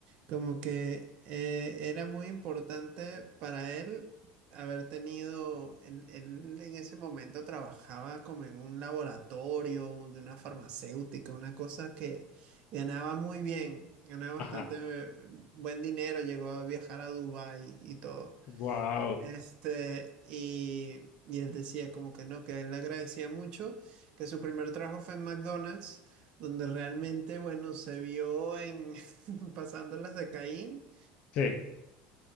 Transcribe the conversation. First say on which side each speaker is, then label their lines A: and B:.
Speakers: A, on the right; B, on the left.
A: como que eh, era muy importante para él haber tenido, él, él en ese momento trabajaba como en un laboratorio un- de una farmacéutica, una cosa que ganaba muy bien, ganaba
B: Ajá.
A: bastante eh, buen dinero, llegó a viajar a Dubái y todo.
B: Wow.
A: Este, y, y él decía como que no, que él le agradecía mucho, que su primer trabajo fue en McDonald's, donde realmente, bueno, se vio en <laughs> pasándolas de Caín.
B: Sí,